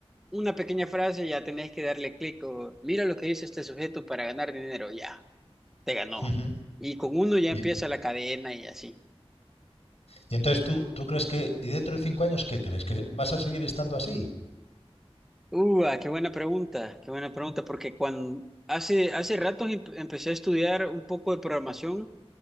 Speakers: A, in the centre; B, on the left (about 85°).
A: una pequeña frase y ya tenés que darle clic o mira lo que dice este sujeto para ganar dinero, ya, te ganó.
B: Ujú.
A: Y con uno ya
B: Y,
A: empieza la cadena y así.
B: y entonces tú, tú crees que, y dentro de cinco años, ¿qué crees? ¿Que vas a seguir estando así?
A: Uh, ah, qué buena pregunta, qué buena pregunta, porque cuando hace, hace ratos em- empecé a estudiar un poco de programación